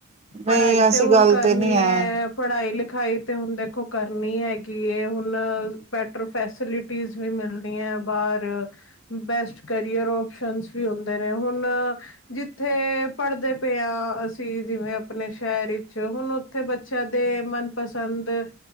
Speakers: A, on the right (about 30°); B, on the left (about 65°).
A: ਨਹੀਂ
B: ਪੜ੍ਹਾਈ
A: ਐਸੀ
B: ਤੇ ਹੁਣ
A: ਗੱਲ
B: ਕਰਨੀ
A: ਤੇ ਨਹੀਂ
B: ਏ,
A: ਹੈ
B: ਪੜ੍ਹਾਈ ਲਿਖ, ਦਿਖਾਈ ਤੇ ਹੁਣ ਦੇਖੋ ਕਰਨੀ ਹੈਗੀ ਏ, ਹੁਣ ਬੈਟਰ ਫੈਸੀਲਿਟੀਜ ਵੀ ਮਿਲਦੀਆਂ। ਬਾਹਰ ਬੈਸਟ ਕੈਰੀਅਰ ਆਪਸ਼ਨ ਵੀ ਹੁੰਦੇ ਨੇ, ਹੁਣ ਜਿੱਥੇ ਪੜਦੇ ਪਏ ਆ ਸੀ, ਜਿਵੇਂ ਆਪਣੇ ਸ਼ਹਿਰ ਵਿੱਚ ਹੁਣ ਉੱਥੇ ਬੱਚਿਆਂ ਦੇ ਮਨਪਸੰਦ